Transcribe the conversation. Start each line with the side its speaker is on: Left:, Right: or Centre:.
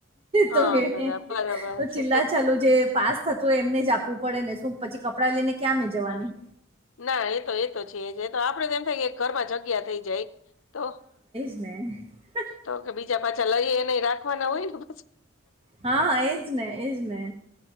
Left: હા
Right: તો હ
Left: બરાબર બરાબર
Right: તો ચિલ્લા
Left: છે
Right: ચાલુ જે પાસ થ તો એમને જ આપવું પડે ને શું પછી કપડાં લઈને ક્યાં મે જવાની
Left: હા ના એતો એ તો છે જ તો આપડે તોમ થાય કે ઘરમાં જગ્યા થઈ જાય તો
Right: હ
Left: તો કે બીજા પાછા લઈ એને રાખવાના હોય ને
Right: હા એજ નને એજ નને